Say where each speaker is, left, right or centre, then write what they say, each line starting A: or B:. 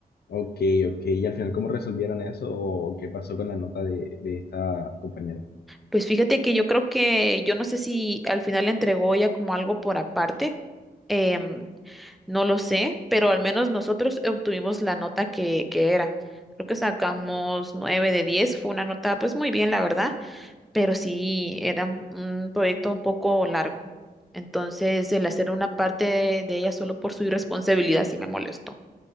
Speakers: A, on the left; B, in the centre.
A: ok, ok. ¿Y al final cómo resolvieron eso o qué pasó con la nota de, de esta compañera?
B: Pues fíjate que yo creo que, yo no sé si al final le entregó ya como algo por aparte, em, no lo sé, pero al menos nosotros obtuvimos la nota que, que era. Creo que sacamos 9 de 10, fue una nota pues muy bien, la verdad, pero sí era un un proyecto un poco largo. Entonces, el hacer una parte de ella solo por su irresponsabilidad sí me molestó.